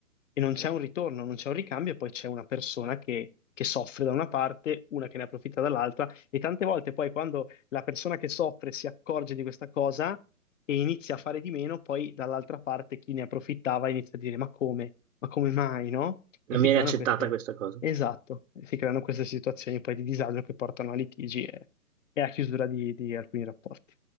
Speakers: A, on the left; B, on the right.
A: e non c'è un ritorno, non c'è un ricambio, e poi c'è una persona che, che soffre da una parte, una che ne approfitta dall'altra. E tante volte poi quando la persona che soffre si accorge di questa cosa e inizia a fare di meno, poi dall'altra parte chi ne approfittava inizia a dire ma come? Ma come mai, no? E
B: Non
A: si
B: viene
A: creano
B: accettata
A: queste,
B: questa cosa.
A: esatto, si creano queste situazioni poi di disagio che portano a litigi e, e a chiusura di di alcuni rapporti.